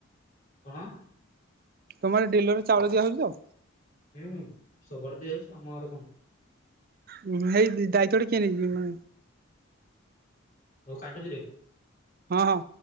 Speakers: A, on the left; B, on the right.
A: କଣ?
B: ତମ ଆଡେ ଡିଲର ଚାଉଳ ଦିଆ ହୋଉଚି ତ?
A: ହୁଁ ସବୁଆଡେ ଦିଆଯାଉଚି ଆମ ଆଡେ କଣ।
B: ଉଁହୁ ଏଇ ଦାୟିତ୍ୱ ଟି କିଏ ନେଇଚି ଉଁ
A: ହୋଉ କାଟୁଚି ରହିଲୁ
B: ହଁ ହଁ।